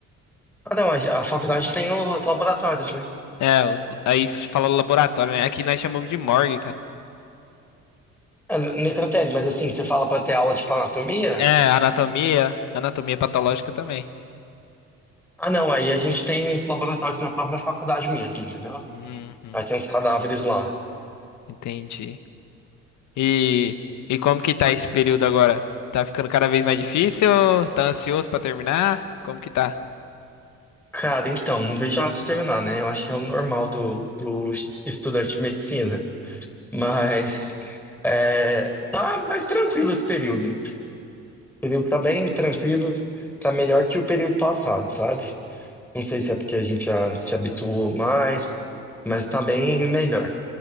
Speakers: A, in the centre; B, on the left (about 65°).
A: Ah, não, a, a faculdade tem os laboratórios, né?
B: É, os- aí fala laboratório, né? Aqui nós chamamos de morgue, cara.
A: É, necrotério, mas assim, você fala para ter aula tipo anatomia?
B: É, anatomia, anatomia patológica também.
A: Ah, não, aí a gente tem os laboratórios na própria faculdade mesmo, entendeu?
B: Uhum,
A: Aí tem os cadáveres lá.
B: entendi. E, e como que tá esse período agora? Tá ficando cada vez mais difícil? Tá ansioso pra terminar? Como que tá?
A: Cara, então, não vejo a hora de terminar, né? Eu acho que é o normal do, do est- estudante de medicina. Mas é, tá mais tranquilo esse período. O período tá bem tranquilo, tá melhor que o período passado, sabe? Não sei se é porque a gente já se habituou mais, mas tá bem melhor.